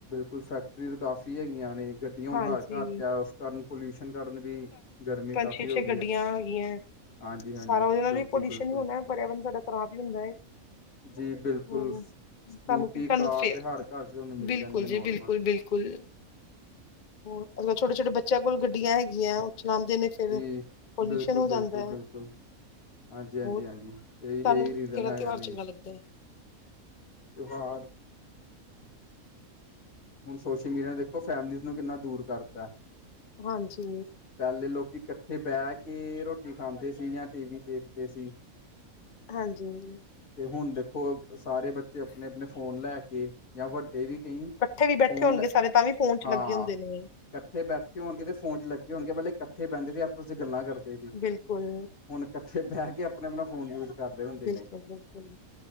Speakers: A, on the left; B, on the left.
A: ਕੋਲ ਫੈਕਟਰੀਜ਼ ਕਾਫੀ ਹੈਗੀਆਂ ਨੇ ਗੱਡੀਆਂ ਹੁਣ
B: ਹਾਂਜੀ
A: ਹਰ ਘਰ 'ਚ ਹੈ ਉਸ ਕਾਰਨ, ਪੋਲਿਊਸ਼ਨ ਕਾਰਨ ਵੀ ਗਰਮੀ ਕਾਫ਼ੀ
B: ਅੱਛੇ ਅੱਛੇ
A: ਹੋ ਗਈ
B: ਗੱਡੀਆਂ
A: ਹੈ
B: ਹੈਗੀਆਂ
A: ਹਾਂਜੀ ਹਾਂਜੀ
B: ਸਾਰਾ ਉਹਦੇ
A: ਬਿਲਕੁਲ
B: ਨਾਲ ਵੀ ਪੋਲਿਊਸ਼ਨ
A: ਬਿਲਕੁਲ
B: ਹੀ ਹੋਣਾ ਪਰਿਆਵਰਨ ਸਾਡਾ ਖਰਾਬ ਹੀ ਹੁੰਦਾ ਹੈ।
A: ਜੀ ਬਿਲਕੁਲ
B: ਹੂੰ
A: ਸਕੂਟੀ
B: ਤੁਹਾਨੂੰ ਕੀ ਤੁਹਾਨੂੰ
A: ਕਾਰ
B: ਫੇਰ
A: ਤੇ ਹਰ ਘਰ ਚ ਤੁਹਾਨੂੰ ਮਿਲ
B: ਬਿਲਕੁਲ
A: ਜਾਣੀ ਹੈ
B: ਜੀ
A: ਨੋਰਮਲ,
B: ਬਿਲਕੁਲ ਬਿਲਕੁਲ ਹੋਰ ਅੱਜ ਕੱਲ ਛੋਟੇ ਛੋਟੇ ਬੱਚਿਆਂ ਕੋਲ ਗੱਡੀਆਂ ਹੈਗੀਆਂ ਉਹ ਚਲਾਉਂਦੇ ਨੇ, ਫਿਰ
A: ਜੀ
B: ਪੋਲਿਊਸ਼ਨ
A: ਬਿਲਕੁਲ
B: ਹੋ
A: ਬਿਲਕੁਲ
B: ਜਾਂਦਾ
A: ਬਿਲਕੁਲ
B: ਹੈ‌।
A: ਹਾਂਜੀ ਹਾਂਜੀ
B: ਹੋਰ ਤੁਹਾਨੂੰ
A: ਹਾਂਜੀ ਇਹੀ ਇਹੀ ਰੀਜ਼ਨ
B: ਕਿਹੜਾ
A: ਹੈਗਾ
B: ਤਿਉਹਾਰ
A: ਮੇਨ
B: ਚੰਗਾ ਲੱਗਦਾ ਹੈ।
A: ਤਿਉਹਾਰ ਹੁਣ ਸੋਸ਼ਲ ਮੀਡੀਆ ਨੇ ਦੇਖੋ ਫੈਮਲੀਜ਼ ਨੂੰ ਕਿੰਨਾ ਦੂਰ ਕਰਤਾ
B: ਹਾਂਜੀ,
A: ਪਹਿਲੇ ਲੋਕੀ ਇਕੱਠੇ ਬਹਿ ਕੇ ਰੋਟੀ ਖਾਂਦੇ ਸੀ ਜਾਂ ਟੀ ਵੀ ਦੇਖਦੇ ਸੀ।
B: ਹਾਂਜੀ ਹਾਂ
A: ਤੇ ਹੁਣ ਦੇਖੋ ਸਾਰੇ ਬੱਚੇ ਆਪਣੇ ਆਪਣੇ ਫੋਨ ਲੈ ਕੇ ਜਾਂ ਵੱਡੇ ਵੀ ਕਈ,
B: ਇੱਥੇ ਵੀ ਬੈਠੇ
A: ਫੋਨ
B: ਹੋਣਗੇ
A: ਲੈ
B: ਸਾਰੇ ਤਾਂ ਵੀ ਫੋਨ ਚ
A: ਹਾਂ
B: ਲੱਗੇ ਹੁੰਦੇ ਨੇ,
A: ਇਕੱਠੇ ਬੈਠੇ ਹੋਣਗੇ ਫੋਨ ਚ ਲਗੇ ਹੋਣਗੇ ਪਹਿਲੇ ਇਕੱਠੇ ਬਹਿੰਦੇ ਸੀ ਆਪ ਤੁਸੀਂ ਗੱਲਾਂ ਕਰਦੇ। ਸੀ
B: ਬਿਲਕੁਲ
A: ਹੁਣ ਇਕੱਠੇ ਬਹਿ ਕੇ ਆਪਣਾ ਆਪਣਾ ਫੋਨ ਯੂਜ, ਕਰਦੇ ਹੁੰਦੇ
B: ਬਿਲਕੁਲ
A: ਨੇ
B: ਬਿਲਕੁਲ